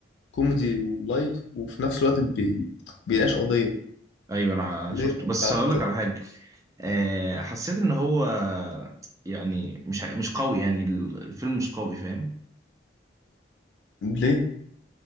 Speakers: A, on the left; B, on the right.
A: كوميدي ولايت وفي نفس الوقت بي... بيناقش قضيه
B: ايوه انا
A: اللي
B: شفته
A: هي
B: بس
A: بتاعت
B: هقول لك على حاجه آه حسيت ان هو يعني مش مش قوي يعني الفيلم مش قوي فاهم
A: ليه؟